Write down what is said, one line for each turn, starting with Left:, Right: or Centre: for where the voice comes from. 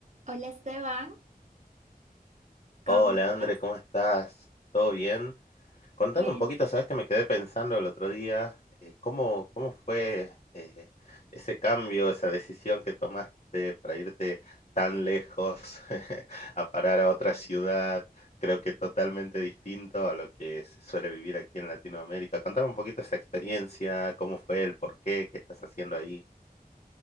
Right: Hola Esteban, ¿cómo
Left: Hola, André,
Right: estás?
Left: ¿cómo estás? ¿Todo bien? Contame
Right: Pues,
Left: un poquito, sabes que me quedé pensando el otro día, eh, ¿cómo, cómo fue eh, ese cambio, esa decisión que tomaste para irte tan lejos <laughs> a parar a otra ciudad? Creo que totalmente distinto a lo que se suele vivir aquí en Latinoamérica. Contame un poquito esa experiencia, cómo fue, el por qué, qué estás haciendo ahí.